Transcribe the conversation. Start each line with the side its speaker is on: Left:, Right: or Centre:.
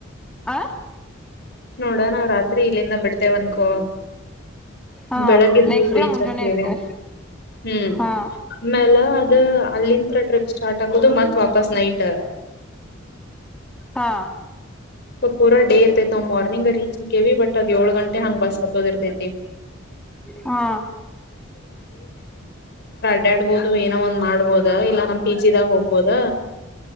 Centre: ಆ
Left: ನೋಡ ನಾವ್ ರಾತ್ರಿ ಇಲ್ಲಿಂದ ಬಿಡ್ತೆೇವನ್ಕೋ
Centre: ಹಾ
Left: ಬೆಳಗ್ಗೆ
Centre: ನೆಕ್ಸ್ಟ್
Left: ಹೋಗ ರೀಚ್
Centre: ಡೇ ಮುಂಜಾನೆ
Left: ಹಾಕವಿ
Centre: ಇರ್ತೆ
Left: ಹ್ಮ್
Centre: ಹಾ
Left: ಆಮೇಲೆ ಅದ ಅಲ್ಲಿಂ ಟ್ರಿಪ್ ಸ್ಟಾರ್ಟ್ ಆಗದು ಮತ್ ವಾಪಸ್ ನೈಟ್ <inaudible>
Centre: ಹಾ
Left: ಪೂಾಡೇರ್ ತ ನಾವು ಮಾರ್ನಿಂಗ್ ರೀಚ್ ಹಕ್ಕೇವಿ ಬಟ್ ಅದ್ ಏಳ ಗಂಟೆ ಹಂಗ್ ಬಸ್ ಹಕೋದಿರ್ತೈತಿ
Centre: ಹಾ
Left: ಡಬಹುದು ಏನೋ ಒ ಮಾಡಬಹದು ಇಲ್ಲ ನ್ ಪಿ ಜಿದಾಗ ಹೋಗ್ಬೋದ